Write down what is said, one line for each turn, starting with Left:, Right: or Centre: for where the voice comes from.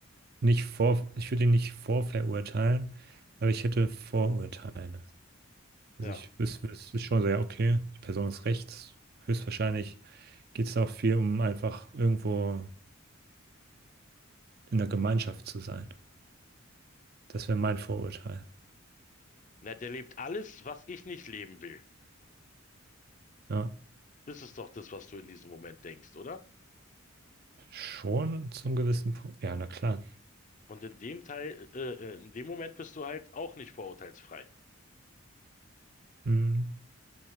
Right: Nicht vor, ich würde ihn nicht vorverurteilen, aber ich hätte Vorurteile. Also
Left: Ja.
Right: ich wüsste wüs wüs- schon so, ja, okay, die Person ist rechts. Höchstwahrscheinlich geht es auch viel um einfach irgendwo in der Gemeinschaft zu sein. Das wäre mein Vorurteil.
Left: Na, der lebt alles, was ich nicht leben will.
Right: Ja,
Left: Das ist doch das, was du in diesem Moment denkst, oder?
Right: schon zum gewissen Punkt. Ja, na klar.
Left: Und in dem Teil, äh, äh, in dem Moment bist du halt auch nicht vorurteilsfrei.
Right: Mhm,